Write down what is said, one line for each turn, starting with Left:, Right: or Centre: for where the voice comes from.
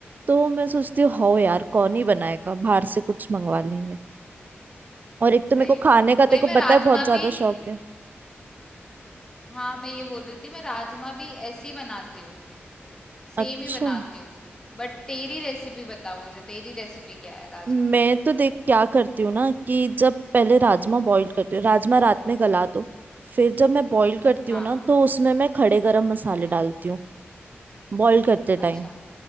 Right: तो मैं सोचती हूँ हो यार कौन ही बनाएगा बाहर से कुछ मंगवा लेंगे और एक
Left: सही
Right: तो मेरे को
Left: बात
Right: खाने का
Left: है
Right: तेरे
Left: भाई
Right: को
Left: मैं
Right: पता
Left: राजमा
Right: है बहुत ज्यादा
Left: भी
Right: शौक है
Left: हाँ मैं ये बोल रही थी मैं राजमा भी ऐसे ही बनाती हूँ सेम
Right: अच्छा
Left: ही बनाती हूँ बट तेरी रेसिपी बता मुझे तेरी रेसिपी क्या है राजमा
Right: मैं
Left: की?
Right: तो देख क्या करती हूँ ना कि जब पहले राजमा बॉईल करती हूँ राजमा रात में गला दो फिर जब मैं बॉईल करती
Left: हाँ
Right: हूँ ना तो उसमें मैं खड़े गरम मसाले
Left: हाँ
Right: डालती हूँ बॉईल करते टाइम
Left: अच्छा